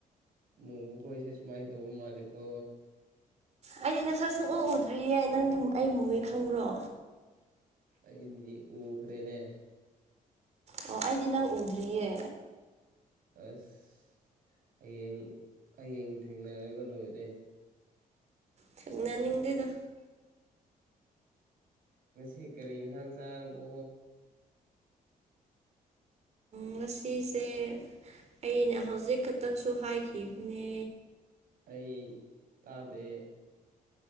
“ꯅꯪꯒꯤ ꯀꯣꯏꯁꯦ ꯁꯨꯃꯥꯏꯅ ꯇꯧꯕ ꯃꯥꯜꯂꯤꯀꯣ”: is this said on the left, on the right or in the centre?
Right